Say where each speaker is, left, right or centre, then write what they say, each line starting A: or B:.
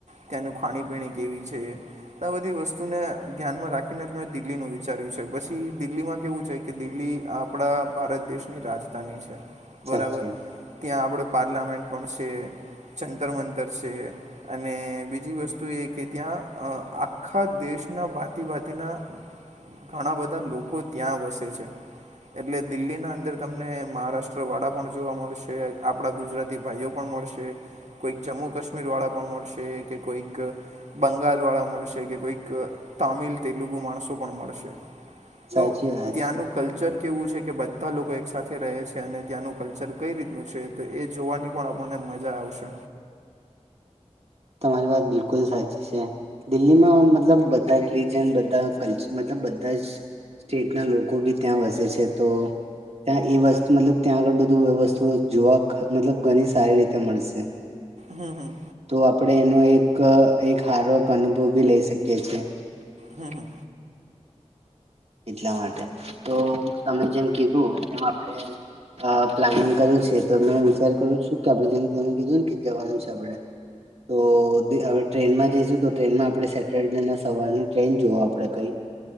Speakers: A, on the right; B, on the right.
A: ત્યાંનું ખાણીપીણી કેવી છે આ બધી વસ્તુને ધ્યાનમાં રાખીને જ મેં દિલ્હીનું વિચાર્યું છે પછ છીદિલ્હીમાં કેવું છે કે દિલ્હી આપડા ભારત દેશની રાજધાની છે બરાબર
B: સાચી વાત,
A: ત્યાં આપડે પાર્લામેન્ટ પણ છે જંતર મંતર છે અને બીજી વસ્તુ એ કે ત્યાં અ આખા દેશના ભાાતિ ભાંતિના ઘણા બધ ધા લોકો ત્યાં વસે છે એટલે દિલ્હીના અંદર તમને મહારાષ્ટ્ર વડા પણ જોવા મળશે આપડા ગુજરાતી ભાઈઓ પણ મળશે કોઈક જમ્મુ કાશ્મીર વાડા પણ મળશે કે કોઈક બંગાલ વાડા મડશે કે કોઈક તામિલ તેલુગુ માણસો પણ મડશે
B: સાચી
A: તો
B: વાત
A: ત્યાંનું
B: છે.
A: કલ્ચર કેવું છે કે બધા લોકો એક સાથે રહે છે અને ત્યાંનું કલ્ચર કઈ રીતનું છે તો એ જોવાની પણ આપણને મજા આવશે
B: તમારી વાત બિલકુલ સાચી છે દિલ્હીમાં મતલબ બધા રિલીજન બધા કલ્ચ મતલબ બધા જ સ્ટેટના લોકો બી ત્યાં વસે છે તો ત્યાં એ વસ્તુ મતલબ ત્યાં આગળ બધું એ વસ્તુ જોવા મતલબ ઘની સારી રીતે મળશે
A: હં હં
B: તો આપડે એનો એક એક હારોક અનુભવ બી લઇ શકીએ છીએ
A: હં હં
B: એટલા માટે તો તમે જેમ કીધું એમ આપડે અ પ્લાનિંગ કર્યું છે તો મેં વિચાર કરયુ છે કે આપડે જેમ કે એમ કીધું ને કે જવાનું છે આપડે તો તે હવે ટ્રેનમાં જઈશું તો ટ્રેનમાં આપડે સેટરડેના સવારની ટ્રેન જુઓ આપડે કઈ